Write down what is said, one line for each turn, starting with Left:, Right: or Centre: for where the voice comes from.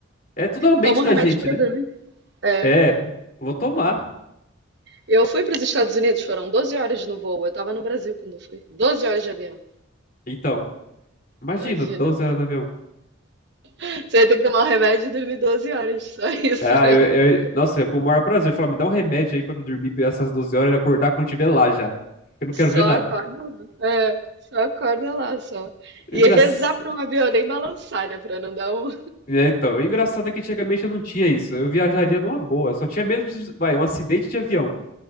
Left: É tudo a mente
Right: Toma
Left: da
Right: um remédio
Left: gente,
Right: para
Left: né?
Right: dormir. É.
Left: É, vou tomar.
Right: Eu fui para os Estados Unidos, foram 12 horas no voo. Eu estava no Brasil quando eu fui. 12 horas de avião.
Left: Então, imagina,
Right: Imagina,
Left: 12 horas no avião.
Right: Você vai ter que tomar o remédio e dormir doze horas, só isso.
Left: Ah,
Right: <laughs>
Left: eu, eu- nossa, é com o maior prazer. Falar, me dá um remédio aí pra me dormir essas 12 horas e acordar quando tiver lá já. Eu não quero
Right: Só
Left: ver nada.
Right: acorda lá. É, só acorda lá, só.
Left: É
Right: E
Left: engraçado.
Right: rezar para um avião nem balançar, né? Para não dar um.
Left: É, então, o engraçado é que antigamente eu não tinha isso. Eu viajaria numa boa. Eu só tinha medo de, vai, um acidente de avião.